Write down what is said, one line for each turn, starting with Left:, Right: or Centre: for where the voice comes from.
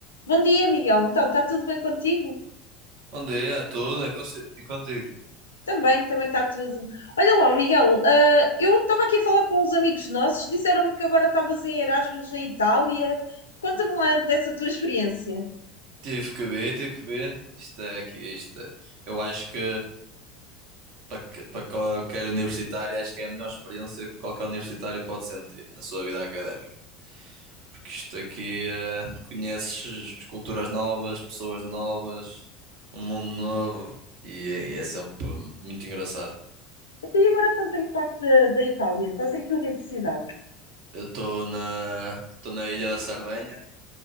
Left: Bom dia, Miguel. Então, está tudo bem contigo?
Right: Bom dia a todos. É consi- E contigo?
Left: Também, também está tudo. Olha lá, o Miguel, ah, eu estava aqui a falar com uns amigos nossos, disseram-me que agora estavas em Erasmus em Itália. Conta-me lá dessa tua experiência.
Right: Tive que ver, tive que ver. Isto é aqui, isto é- Eu acho que para, que- para qualquer universitário, acho que é a melhor experiência que qualquer universitário pode sentir na sua vida académica. Porque isto aqui, eh, conheces culturas novas, pessoas novas, um mundo novo e é, e é sempre muito engraçado.
Left: Então, E agora estás em que parte da, da Itália? Estás em que universidade?
Right: Eu estou na, estou na Ilha da Sardenha,